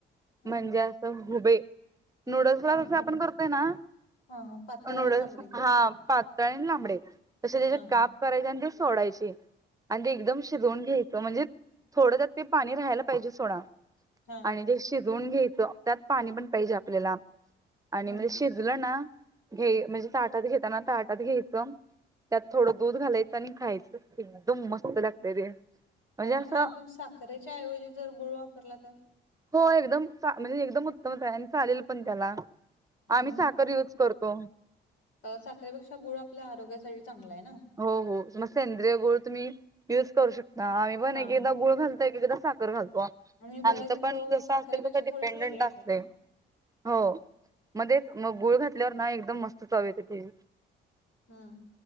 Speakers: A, on the right; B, on the left.
A: म्हणजे
B: हम्म
A: असं उभे. नूडल्स ला
B: हा
A: जसं
B: हो
A: आपण
B: बघ
A: करतोय ना,
B: हा हा पातळ
A: नूडल्स
B: आणि लांबडी
A: हा पात तळे आणि लांबडे तसे त्यांचे
B: हा
A: काप करायचे, आणि ते सोडायचे. आणि ते एकदम शिजवून घ्यायचं म्हणजे, थोडं त्यात ते पाणी राहायला पाहिजे सोडा.
B: हा
A: आणि ते शिजवून घ्यायचं त्यात पाणी पण पाहिजे आपल्याला आणि
B: हम्म
A: म्हणजे शी हिला ना घे म्हणजे ताटात घेताना ताटात घ्यायचं त्यात थोडं दूध घालायचं आणि, खायचं एकदम मस्त लागतंय ते. म्हणजे
B: होय ना
A: असं
B: म आपण साखरेच्या ऐवजी जर गुळ वापरला तर
A: हो एकदम चा म्हणजे एकदम उत्तमच आहे आणि चालेल पण त्याला
B: हा
A: आम्ही साखर यूज करतो.
B: त्या साखरेपेक्षा गुळ आपल्या, आरोग्यासाठी चांगला आहे ना.
A: हो हो मग सेंद्रिय गुळ तुम्ही यूज करू शकता, आम्ही पण
B: हा
A: एकेकदा गुळ घालतो एकेकदा साखर. <unintelligible> घालतो
B: आणि गुळाची
A: आमचं पण
B: चव
A: जसं
B: साखरेपेक्षा
A: <unintelligible> डिपेंडंट
B: थोडीशी वेगळी येते
A: असतंय.
B: ना
A: हो मग तेच मग गुळ घातल्यावर ना, एकदम मस्त चव येते ते.
B: ह....